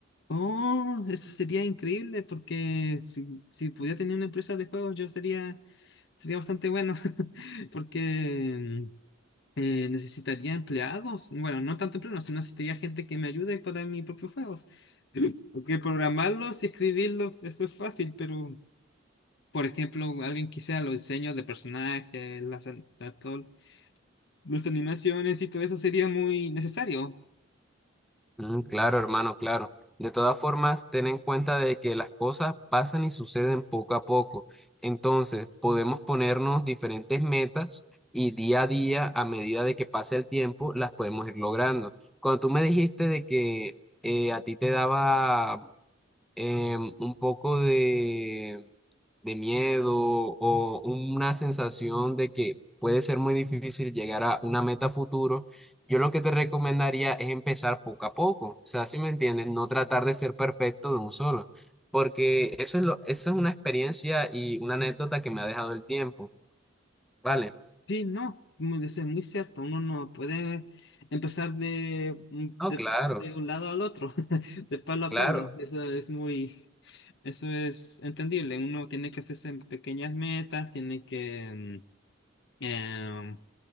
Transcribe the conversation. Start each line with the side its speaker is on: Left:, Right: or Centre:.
Left: Oh, eso sería increíble porque si, si pudiera tener una empresa de juegos yo sería, sería bastante bueno <laughs> porque Eh, necesitaría empleados. Bueno, no tanto empleados, sino necesitaría gente que me ayude para mis propios juegos. <laughs> Porque programarlos y escribirlos, eso es fácil, pero, por ejemplo, alguien que sea los diseños de personajes, las, an- la- todo- las animaciones y todo eso sería muy necesario.
Centre: Mm, claro, hermano, claro. De todas formas, ten en cuenta de que las cosas pasan y suceden poco a poco. Entonces, podemos ponernos diferentes metas y día a día, a medida de que pase el tiempo, las podemos ir logrando. Cuando tú me dijiste de que eh, a ti te daba em, un poco de de miedo o una sensación de que puede ser muy difícil llegar a una meta futuro, yo lo que te recomendaría es empezar poco a poco. O sea, si me entiendes, no tratar de ser perfecto de un solo, porque eso es lo, eso es una experiencia y una anécdota que me ha dejado el tiempo, ¿vale?
Left: Sí, no, mu- eso es muy cierto. Uno no puede empezar de, de,
Centre: No, claro,
Left: de un lado al otro, <laughs> de palo a
Centre: claro,
Left: palo. Eso es muy, eso es entendible. Uno tiene que hacerse pequeñas metas, tiene que, mm, em,